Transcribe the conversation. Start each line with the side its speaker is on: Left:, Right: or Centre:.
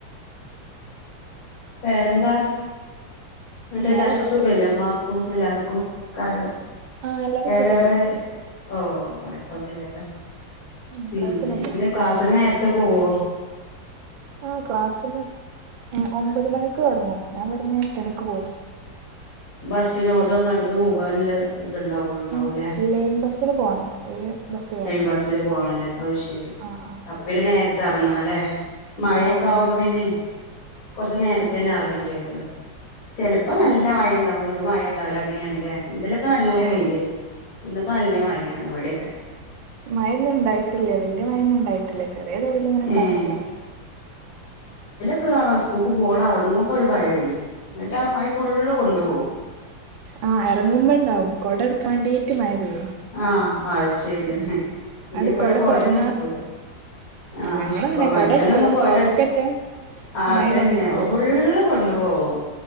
Left: വേറെന്താ എന്നിട്ട്
Right: വേറെക്കെല്ലേ
Left: എല്ലാർക്കും സുഖല്ലേ അമ്മാക്കും എല്ലാവർക്കും ക
Right: ആഹ് എല്ലാരും സുഖന്നെ
Left: വേറെ ഓ കുഴപ്പൊന്നില്ലല്ലോ
Right: ഉം
Left: പിന്നെ
Right: കൊഴപ്പൊന്നുല്ല
Left: ക്ലാസ്സില് നേരത്തെ പോവുവോ
Right: ആഹ ക്ലാസില് ഏ ഒമ്പത് മണിക്ക് തുടങ്ങും ഞാൻ ഇവിടുന്ന് എട്ടണിക്ക് പോവും
Left: ബസ്സിലോ അതോ നടന്ന് പോകാനുള്ള ദൂരംണ്ടാവുള്ളുണ്ടാവൂല്ലേ
Right: ഏഹ് ലൈൻ ബസ്സിന് പോണം ഒരു ബസ്സ് കേറണം
Left: ബസ്സിന് പോണല്ലേ ഓ ശെരി
Right: ആഹ്
Left: അപ്പൊ പിന്നെ നേരത്തെ എറങ്ങണം ല്ലേ മയക്കയാവുമ്പം
Right: ആഹ് ആഹ് ആഹ്
Left: പിന്നെ കൊറച്ച് നേരത്തെന്നെ
Right: ഉം
Left: എറങ്ങണ്ടി വരുവോല്ലോ ചിലപ്പോ നല്ല
Right: ആഹ്
Left: മഴ ഇണ്ടാവും ചിലപ്പോ മഴ ഉണ്ടാവില്ല അങ്ങനെയാണല്ലേ ഇന്നലെ ഇപ്പ നല്ല
Right: ആഹ്
Left: വെയിലായിരുന്നു
Right: ആഹ്
Left: ഇന്നിപ്പോ നല്ല മഴ ആണ് ഇവിടോക്കെ
Right: മഴയോന്നും ഉണ്ടായിട്ടില്ല വലിയ മഴയോന്നും ഉണ്ടായിട്ടില്ല ചെറിയ തോതിൽ ഇങ്ങനെ ഉണ്ടാവുന്നല്ലാണ്ട്
Left: ഏഹ് കാണാ സ്കൂക്ക് പോകാൻ ഇറങ്ങുമ്പോ ഒരു മഴ പെയ്യണ് എന്നിട്ട് ആ മഴ ഫുളള്കൊണ്ട്പോകും
Right: ആഹ് എറങ്ങുമ്പോ ഇണ്ടാവും കൊട എടുക്കാൻ വേണ്ടിട്ട് മഴ പെയ്യും
Left: ആഹ അത ശരിയാണ്
Right: ഉം
Left: പിന്നെ
Right: ആണ്ട്
Left: ഇവിടെ
Right: കൊട
Left: കൊടയൊന്നും
Right: തൊറന്നാ
Left: എടുക്കൂല
Right: ആഹ്
Left: ആഹ
Right: ഞങ്ങളും അങ്ങനെ
Left: കൊ മറ്റെവന്
Right: കൊട എടുക്കൂല
Left: ഒന്നു കോട്
Right: സ്റ്റോപ്പ്ക്ക് എത്തിയാ
Left: അതന്നെ
Right: മഴയും കൊണ്ടാണ്ട് പോവും
Left: ഫുള്ള് കൊണ്ടു പോവും